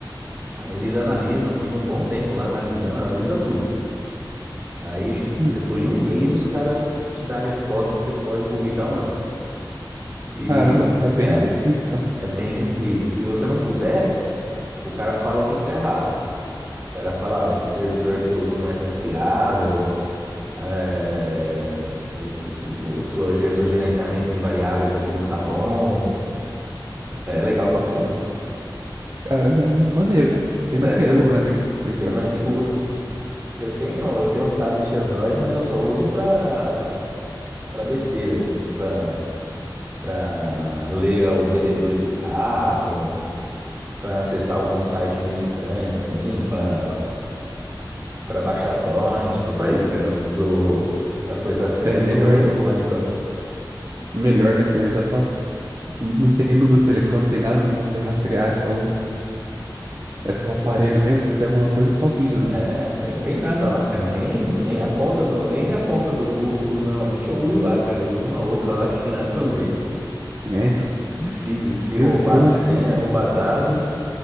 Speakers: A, on the right (about 20°); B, on the right (about 40°).
A: Aí eles analisam, ficam um bom tempo lá analisando, analisa tudo. Aí acho que depois
B: Hum,
A: de um mês os caras te dão a resposta se você pode publicar ou não. E
B: Caramba,
A: se,
B: é bem
A: é,
B: restrito.
A: é bem restrito. E se você não puder, o cara fala o que que tá errado. O cara fala, ó, esse servidor que você usou não é confiável, é, o, o- o sua ge- seu gerenciamento de variáveis aqui não tá bom. É legal pra caramba.
B: Cara, mas é maneiro. Bem
A: É,
B: mais seguro,
A: eu-
B: né, do que Play
A: bem
B: Store.
A: mais seguro. Eu tenho, eu tenho um tablet Android, mas eu só uso pra, pra besteira, assim, tipo pra, pra ler o BD2 do carro, pra acessar algum site meio estranho, assim, pra, pra baixar torrent, só pra isso, cara. Pro, pra coisa séria
B: É
A: eu
B: melhor,
A: só uso o
B: né?
A: iPhone, só.
B: Melhor, né? Porque dá pra... Não tem número de telefone, não tem nada, não consegue rastrear, é só o, é só o aparelho mesmo. Se tem alguma coisa, é só vídeos,
A: É,
B: né?
A: tem, tem nada lá, cara. Nem, nem a conta do, nem minha conta do Google que eu uso normalmente eu uso lá, cara. Eu uso uma outra lá <laughs> que tem nada a ver.
B: É, então.
A: Se, se
B: Eu,
A: roubar
B: eu
A: a senha,
B: recenti,
A: roubar dado.